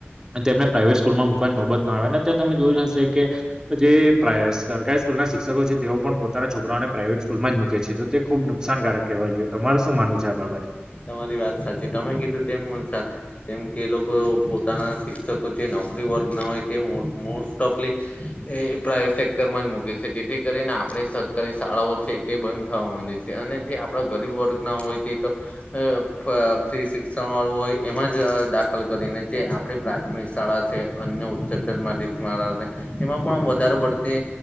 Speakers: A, on the right; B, on the left.
A: તેમને પ્રાાઈવેટ સ્કૂલમાં મુકવાની નોબત ના આવે ને અત્યારે તમે જોયું હશે કે જે પ્રા સરકારી સ્કૂલના શિક્ષકો છે તેઓ પણ પોતાના છોકરાઓને પ્રાઈવેટ સ્કૂલમાં જ મુકે છે તો તે ખુબ નુકસાનકારક કહેવાય જોએ તમાર શું માનું છે આ બાબતે.
B: તમારી વાત સાચી તમે કીધું તેમ મુનસા. કેમ કે એ લોકો પોતાના શિક્ષકો જે નોકરી વર્ગના હોય તે મો મો ટોપલી એ પ્રાઇવેટ સેક્ટર સેક્ટર માંજ મૂકે છે. જેથી કરીને આપણી સરકારી શાળાઓ છે તે બંધ થવા માંડે છે અને જે આપ આપણા ગરીબ વર્ગના હોય તે તો અ પ ફ્રી શિક્ષણ વાળું હોય એમાં જ અ દાખલ કરીને જે આપણી પ્રાથમિક શાળા છે અન્ય ઉચ્ચતર માદી માળા શાળા છે. એમાં પણ વધારે પડતી